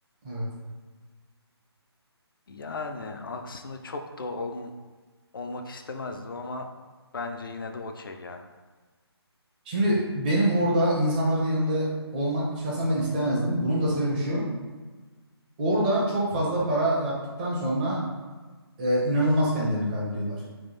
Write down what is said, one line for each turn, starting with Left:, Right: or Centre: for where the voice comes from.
Right: Evet.
Left: Yani aslında çok da ol- olmak istemezdim ama bence yine de okey ya.
Right: Şimdi benim orada insanların yerinde olmak şahsen ben istemezdim. Bunun da sebebi şu. Orada çok fazla para yaptıktan sonra e, inanılmaz kendilerini kaybediyorlar.